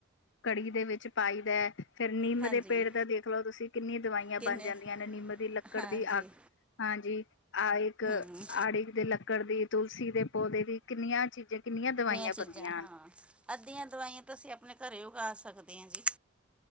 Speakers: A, on the left (about 60°); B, in the centre.
A: ਕੜੀ ਦੇ ਵਿੱਚ ਪਾਈ ਦਾ। ਫਿਰ ਨਿੰਮ
B: ਹਾਂਜੀ
A: ਦੇ ਪੇੜ ਦਾ ਦੇਖ ਲੋ ਤੁਸੀਂ ਕਿੰਨੀਆਂ ਦਵਾਈਆਂ
B: ਕਿੰਨੇ
A: ਬਣ ਜਾਂਦੀਆਂ ਨੇ ਨਿੰਮ ਦੀ ਲੱਕੜ
B: ਹਾਂਜੀ
A: ਦੀ ਅੱਗ। ਹਾਂਜੀ, ਆ ਇੱਕ
B: ਹੂੰ
A: ਆੜ। ਦੇ ਲੱਕੜ ਦੀ ਤੁਲਸੀ ਦੇ ਪੌਦੇ ਦੀ ਕਿੰਨੀਆਂ ਚੀਜ਼ਾਂ, ਕਿੰਨੀਆਂ ਦਵਾਈਆਂ
B: ਚੀਜ਼ਾਂ
A: ਬਣਦੀਆਂ
B: ਹਾਂ
A: ਹਨ।
B: ਅੱਧੀਆਂ ਦਵਾਈਆਂ ਤਾਂ ਅਸੀਂ ਆਪਣੇ ਘਰੇ ਉਗਾ ਸਕਦੇ ਹਾਂ ਜੀ।